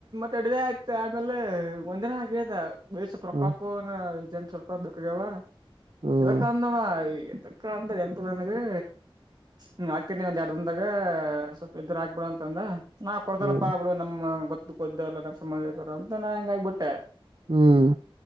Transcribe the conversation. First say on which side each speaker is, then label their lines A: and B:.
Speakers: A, on the right (about 45°); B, on the right (about 65°).
A: ತಡದ ಆಯ್ತ ಆಮೇಲೆ ಒಂದಿನ ಆಗದ ಬಯಷ <unintelligible> ಪ್ರೊಕಾಕ
B: ಹ್ಮ್
A: ಜ ಸ್ವಲ್ಪ ದುಖಾವ <unintelligible>
B: ಹ್ಮ್
A: ಇದಕ್ಕ ಅಂದವಾ ಇದಕ್ಕ ಅಂತ <unintelligible> ಜಂಂತನಗೆ ಹ್ಮ ಆಗ್ತೀನಿ ಒಂದ್ ಎರಡ್ಂದಾಗ ಸ್ವಲ್ಪ ಇದರು ಹಾಕ್ಬಿಡ <unintelligible> ಅಂತಂದ ನಾ ಕೊಡ್ತನಪ್ಪಾ
B: ಹ್ಮ್
A: ಬಿಡು ನಮ್ಮ ಗೊತ್ತ ಗೊದ್ರಲ್ಲ ನಮ್ಮ ಸಂಬಂಧ ಇ ಅಂತ ನಾ ಹ ಹೆಂಗ ಆಗ್ಬ ಬಿಟ್ಟೆ
B: ಹ್ಮ್